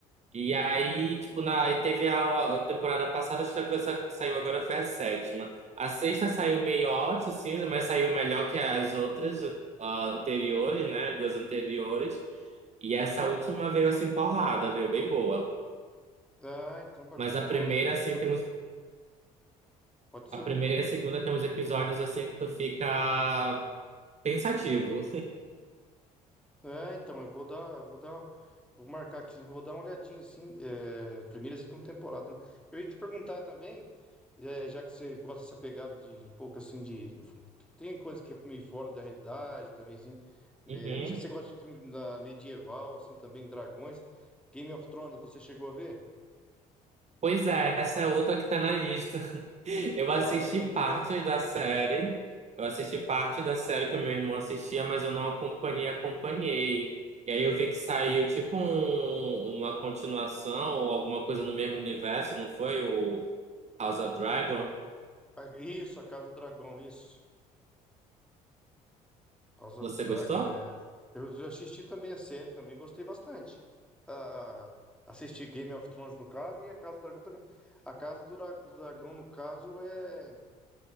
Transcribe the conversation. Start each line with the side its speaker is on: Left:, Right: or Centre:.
Right: E aí, tipo, na, aí teve a, a temporada passada, acho que a que saiu agora foi a sétima. A sexta saiu meio ótima, assim, mas saiu melhor que as outras ah, anteriores, né? Duas anteriores. E essa última veio assim porrada, veio bem boa.
Centre: ah, então bacana,
Right: Mas a
Centre: é bom,
Right: primeira,
Centre: é bom
Right: assim,
Centre: saber.
Right: temos.
Centre: Pode dizer.
Right: A primeira e a segunda tem uns episódios assim que tu fica pensativo.
Centre: É, então, eu vou dar, eu vou dar, vou marcar aqui, vou dar uma olhadinha, assim, é, primeira e segunda temporada, né? Eu ia te perguntar também, é, já que você gosta dessa pegada de um pouco, assim, de... que Tem coisa que é meio fora da realidade também, assim, né?
Right: Uhum.
Centre: não sei se você gosta de filme da medieval, assim, também, dragões. Game of Thrones, você chegou a ver?
Right: Pois é, essa é outra que tá na lista. <laughs> Eu assisti
Centre: Ah, é muito
Right: partes
Centre: bom, hein?
Right: da série. Eu assisti parte da série que o meu irmão assistia, mas eu não acompanhei, acompanhei. E aí eu vi que saiu tipo um- uma continuação ou alguma coisa no mesmo universo, não foi? O House of Dragon.
Centre: Ah, Isso, A Casa do Dragão, isso. House of
Right: Você
Centre: Dragon
Right: gostou?
Centre: é. Eu já assisti também a série, também gostei bastante. A- a- assisti Game of Thrones no caso e a Casa do Dragão também. A Casa do, Dra- do Dragão no caso é,